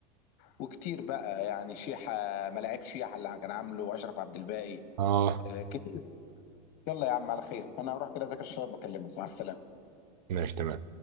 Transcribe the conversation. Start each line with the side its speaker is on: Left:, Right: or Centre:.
Left: وكتير بقى يعني شيحة ملاعب شيحة اللي كان عامله أشرف عبد الباقي
Right: اه
Left: آه، كتير يلا يا عم على خير أنا هروح كده أذاكر الشباب بكلمك مع السلامة
Right: ماشي تمام